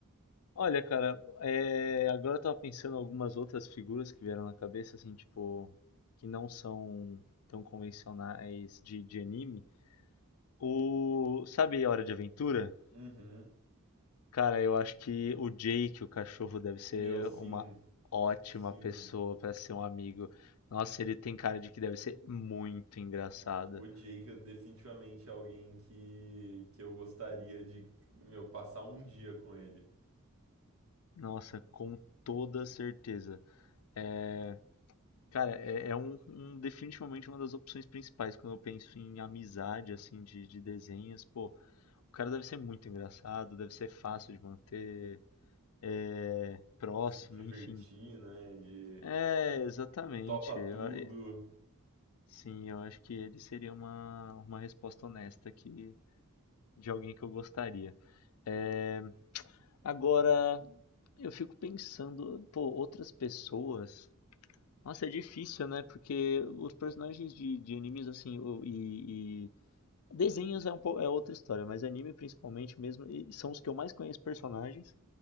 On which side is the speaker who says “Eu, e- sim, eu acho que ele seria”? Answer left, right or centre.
Left